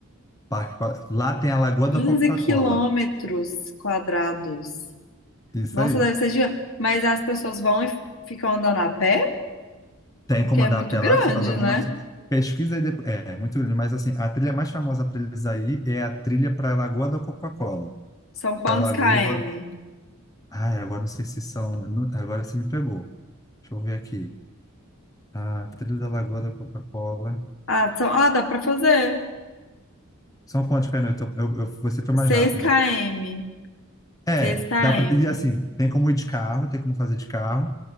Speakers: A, on the left; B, on the left.
A: Parque, pa- lá tem a Lagoa
B: quinze
A: da Coca-Cola,
B: quilômetros quadrados.
A: isso
B: Nossa,
A: aí.
B: deve ser gigante. Mas as pessoas vão e ficam andando a pé?
A: Tem
B: Porque
A: como
B: é
A: andar
B: muito
A: a pé
B: grande,
A: lá, você faz algumas
B: né?
A: pesquisas e depois, é, muito grande, mas assim, a trilha mais famosa para eles aí é a trilha para a Lagoa da Coca-Cola,
B: São quantos
A: que é a lagoa,
B: km?
A: ai, agora não sei se são, não- agora você me pegou. Deixa eu ver aqui. A Trilha da Lagoa da Coca-Cola.
B: Ah, são... ah, dá pra fazer.
A: São quantos caminhos? Eu tô- eu- eu- você foi mais
B: Seis
A: rápida.
B: km.
A: É,
B: Seis km.
A: dá pra, e assim, tem como ir de carro, tem como fazer de carro.